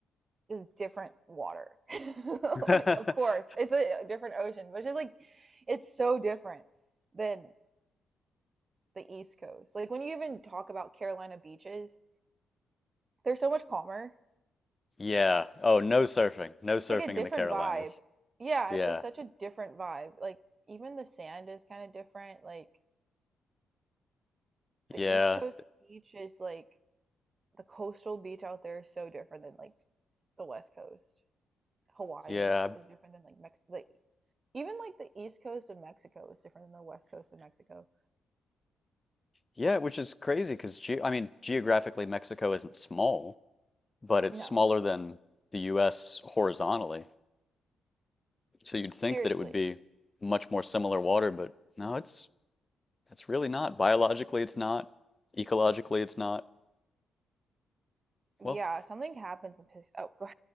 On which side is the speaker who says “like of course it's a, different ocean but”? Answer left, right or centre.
Right